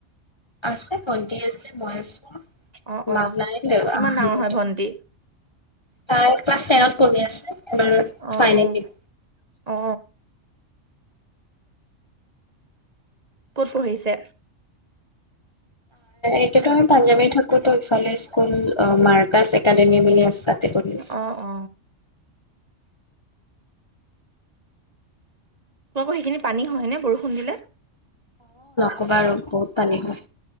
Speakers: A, on the left (about 30°); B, on the right (about 35°).
A: আছে ভণ্টি আছে মই আছো
B: অ
A: মা
B: অ
A: নাই দে
B: কি- কিমান
A: আহ
B: ডাঙৰ
A: দেউতা
B: হয় ভন্টি
A: তাই ক্লাছ টেনত পঢ়ূ আছে‌ এবাৰ
B: অ
A: ফাইনেল
B: অ
A: দিব
B: অ ক'ত পঢ়িছে
A: এতিয়াতো আমি পাঞ্জামী থাকো তো ইফালে স্কুল মাৰ্কাচ একাডেমি বুলি আছে পঢ়ি আছে
B: অ অ তোমোকৰ সেইখিনি পানী হয় নে বৰষুণ দিলে
A: কবা আৰু বহুত পানী হয়